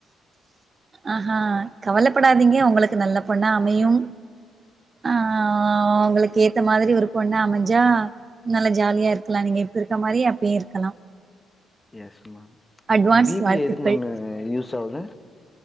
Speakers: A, on the right; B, on the left.
A: ஆஹா கவலப்படாதீங்க உங்களுக்கு நல்ல பொண்ணா அமையும் அ உங்களுக்கு ஏத்த மாரி ஒரு பொண்ணு அமஞ்சா நல்லா ஜாலியா இருக்கலா நீங்க இப்ப இருக்க மாரியே அப்பயு இருக்கலா
B: yes ma'am
A: advance
B: B
A: வாழ்த்துக்கள்
B: B A எதுக்கு மேம் யூஸ் ஆவுது